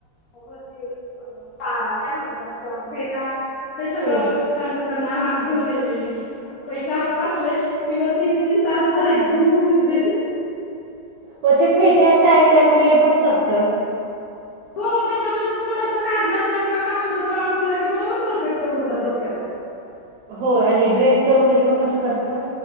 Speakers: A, on the left; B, on the right.
A: अगं ते, अ कांना, काय म्हणतात त्याला? फेटा ते सगळं
B: हम्म.
A: त्यांच त्यांना, हा त घेऊन येते, मीच. आता पैशे हातात असले, कि मग तीन- तीन, चार -चार एकदम घेऊन येते.
B: म, ते फेटे अशे आयते आणलेले, बसतात का?
A: हो, त्याच्यामध्ये थोडसा कागदाचा किंवा कापसाचा गोळा कोंबला की, बरोबर परफेक्ट होतात, डोक्याला.
B: होय आणि ड्रेसचं वगैरे मग कसं करतात